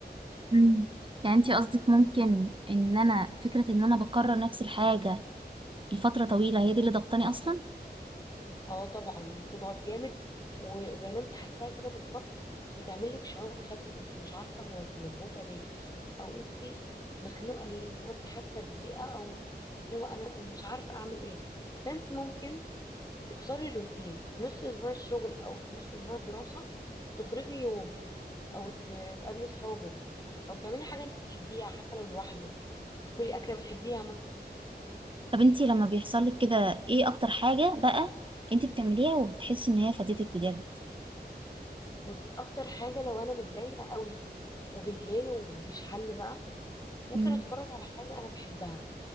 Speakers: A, on the right (about 30°); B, on the left (about 20°).
A: مم. يعني انتي قصدك ممكن ان انا فكرة ان انا بكرر نفس الحاجة لفترة طويلة هي دي اللي ضغطاني اصلا
B: اه طبعا دي بتضغط جامد وزي ما انت حاساها كده بالظبط بتعمل لك شعور خفي انت مش عارفه هو انت مضغوطه ليه او انت مخنوقه ليه انت بس حاسه بضيقه او لو انا مش عارفه اعمل ايه فانت ممكن تكسري الروتين في نص اسبوع الشغل او في نص اسبوع الدراسه تخرجي يوم او ت- تقابلي صحابك او تعملي حاجه انت بتحبيها حتى لو لوحدك كلي اكله بتحبيها مثلا
A: طب انتي لما بيحصل لك كده ايه اكتر حاجة بقى انتي بتعمليها وبتحسي ان هي فاتتك بجد
B: بصي اكتر حاجه لو انا متضايقه قوي وبالليل ومفيش حل بقى ممكن
A: مم.
B: اتفرج على حاجة انا بحبها